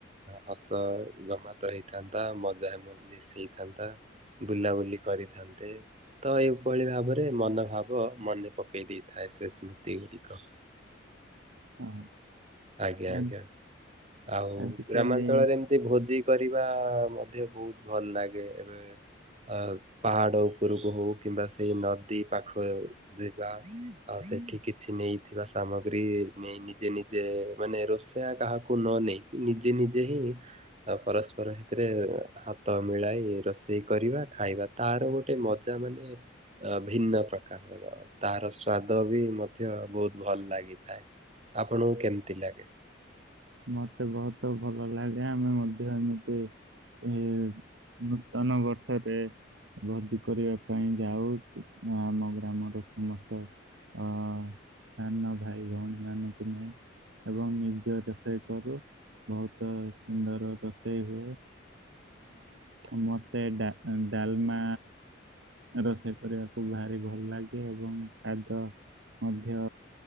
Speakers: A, on the right (about 35°); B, on the right (about 75°).
A: ହସ ଗମାତ ହେଇଥାନ୍ତା ମଜା ମଜଲି ହେଇଥାନ୍ତା ବୁଲାବୁଲି କରିଥାନ୍ତେ ତ ଏଇଭଳି ଭାବରେ ମନୋଭାବ ମନେ ପକେଇ ଦେଇଥାଏ ସେ ସ୍ମୃତି ଗୁଡିକ।
B: ହଁ।
A: ଆଜ୍ଞା
B: ଆ
A: ଆଜ୍ଞା ଆଉ
B: ଆଜିକାଲି
A: ଗ୍ରାମାଞ୍ଚଳରେ ଭୋଜି କରିବା ମଧ୍ୟ ବହୁତ ଭଲ ଲାଗେ ଏବେ ଅ ପାହାଡ଼ ଉପରକୁ ହଉ କିମ୍ବା ସେଇ ନଦୀ ପାଖ ଯିବା ଆଉ ସେଠି କିଛି ନେଇଥିବା ସାମଗ୍ରୀ ନେଇ ନିଜେ ନି ଜେ ମାନେ ରୋଷେଇଆ କାହାକୁ ନ ନେଇକି ନିଜେ ନିଜେ ହିଁ ଆ ପରସ୍ପର ହାତରେ ହାତ ମିଳାଇ ରୋଷେଇ କରିବା ଖାଇବା ତାର ଗୋଟେ ମଜା ମାନେ ଅ ଭିନ୍ନ ପ୍ରକାରର ତାର ସ୍ଵାଦ ବି ମଧ୍ୟ ବହୁତ ଭଲ ଲାଗିଥାଏ। ଆପଣଙ୍କୁ କେମିତି ଲାଗେ?
B: ମତେ ବହୁତ ଭଲ ଲାଗେ ଆମେ ମଧ୍ୟ ଏମିତି ଏ ନୂତନ ବର୍ଷରେ ଭର୍ତି କରିବା ପାଇଁ ଯାଉ ଆମ ଗ୍ରାମର ସମସ୍ତ ଅ ସାନ ଭାଇ ଭଉଣୀ ମାନଙ୍କୁ ନେଇ ଏବଂ ନିଜ ଦେ ରୋଷେଇ କରୁ ବହୁତ ସୁନ୍ଦର ରୋଷେଇ ହୁଏ।
A: <inaudible>
B: ମତେ ଡାଲମା ରୋଷେଇ କରିବାକୁ ଭାରି ଭଲ ଲାଗେ ଏବଂ ସ୍ଵାଦ ମଧ୍ୟ